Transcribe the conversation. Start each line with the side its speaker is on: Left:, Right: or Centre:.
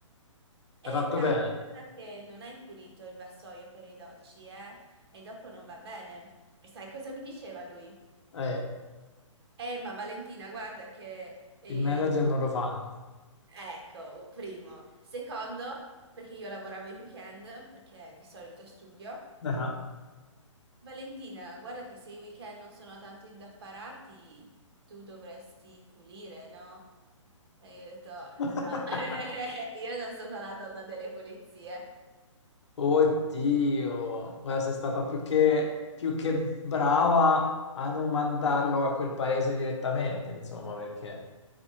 Right: E
Left: Hai fatto
Right: cara,
Left: bene.
Right: guarda che non hai pulito il vassoio per i dolci, eh? E dopo non va bene. E sai cosa mi diceva lui?
Left: Eh,
Right: Eh, ma Valentina, guarda che... eh,
Left: il manager non lo fanno.
Right: Ecco, primo. Secondo, perché io lavoravo i weekend, perché di solito studio.
Left: Ah,
Right: Valentina, guarda che se i weekend non sono tanto indaffarati, tu dovresti pulire, no? E io ho detto,
Left: <laughs>
Right: no, no, <laughs> io non sono la donna delle pulizie.
Left: Oddio, guarda, sei stata più che, più che brava a non mandarlo a quel paese direttamente, insomma, perché...